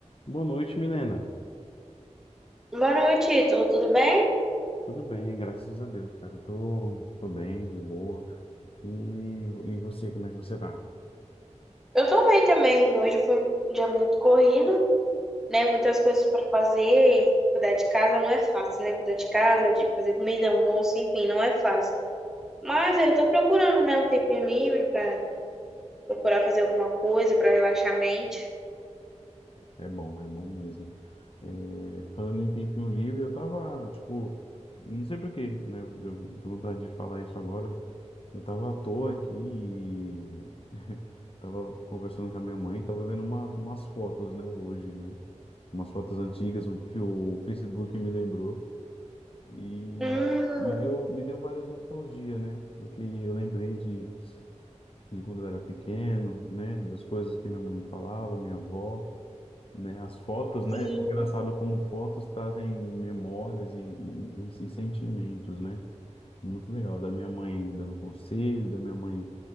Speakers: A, on the left; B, in the centre.
A: Boa noite, Milena.
B: Boa noite, Ítalo, tudo bem?
A: Tudo bem, graças a Deus, cara. Eu Tô, tô bem, de boa. E, e você, como é que você tá?
B: Eu tô bem também. Hoje foi um dia muito corrido, né? Muitas coisas para fazer. Cuidar de casa não é fácil, né? Cuidar de casa, de fazer comida, almoço, enfim, não é fácil. Mas eu tô procurando, né, um tempinho livre para procurar fazer alguma coisa para relaxar a mente.
A: É bom, é bom mesmo. É, falando em tempinho livre, eu tava, tipo, não sei por quê, né? Deu, deu vontade de falar isso agora. Eu tava à toa aqui e <laughs> tava conversando com a minha mãe, tava vendo uma, umas fotos, né, hoje, né? Umas fotos antigas, o que o Facebook me lembrou e
B: Hum,
A: me viu, me deu várias nostalgia, né? Porque eu lembrei de, de quando eu era pequeno, né, das coisas que minha mãe me falava, minha avó, né, as fotos, né?
B: sim,
A: Engraçado como fotos trazem memórias e, e, e sentimentos, né? Muito legal, da minha mãe dando conselho, da minha mãe